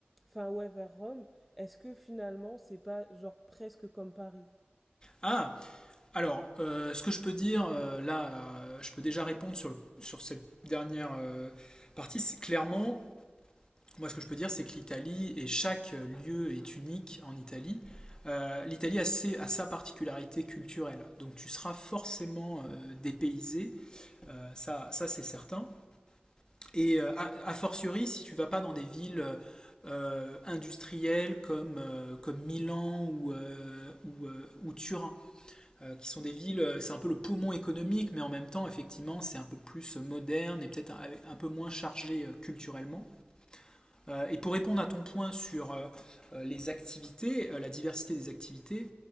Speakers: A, in the centre; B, on the left.
A: Enfin, ouais, vers Rome, est-ce que finalement, c'est pas genre presque comme Paris?
B: Ah, alors, euh, ce que je peux dire, euh, là, euh, je peux déjà répondre sur, le- sur cette dernière euh, partie. C'est Clairement, Moi, ce que je peux dire, c'est que l'Italie, et chaque lieu est unique en Italie, euh, l'Italie a, ses- a sa particularité culturelle. Donc tu seras forcément euh, dépaysé, euh, ça, ça c'est certain. Et euh, a, a fortiori, si tu vas pas dans des villes euh, industrielles comme, euh, comme Milan ou, euh, ou, euh, ou Turin, euh, qui sont des villes, euh, c'est un peu le poumon économique, mais en même temps, effectivement, c'est un peu plus moderne et peut-être un, un peu moins chargé euh, culturellement. Euh, et pour répondre à ton point sur euh, euh, les activités, euh, la diversité des activités,